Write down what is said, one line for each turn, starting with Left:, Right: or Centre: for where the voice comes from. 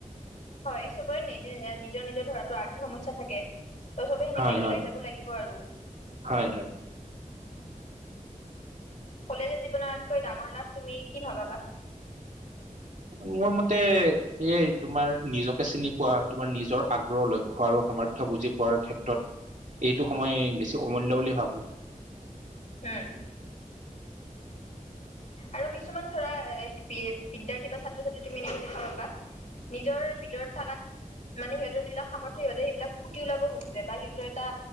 Left: হয় চবৰে নিজ নিজৰ নিজৰ ধৰাতো আৰ্থিক সমস্যা থাকে। তই চবে সেনেকে
Right: হয়
Left: মিলাই
Right: হয়
Left: যাব লাগিব আৰু
Right: হয় হয়
Left: কলেজৰ জীৱনতকৈ ডাঙৰ লাভ তুমি কি ভাবাবা
Right: মোৰ মতে সেয়াই তোমাৰ নিজকে চিনি পোৱা তোমাৰ নিজৰ আগ্ৰহ লক্ষ্য আৰু সামৰ্থ্ বুজি পোৱাৰ ক্ষেত্ৰত এইটো সময় বেছি অমূল্য বুলি ভাবো
Left: উম আৰু কিছুমান ধৰা এ বিদ্যাৰ্থী বা ছাত্ৰ-ছাত্ৰী তুমি এনেকে দেখা পাবা নিজৰ ভিতৰত থকাত মানে সিহঁতৰ যিবিলাক সামৰ্থ সিহঁতে সেইবিলাক ফুটি ওলাব নোখোজে বা সিহঁতৰ এটা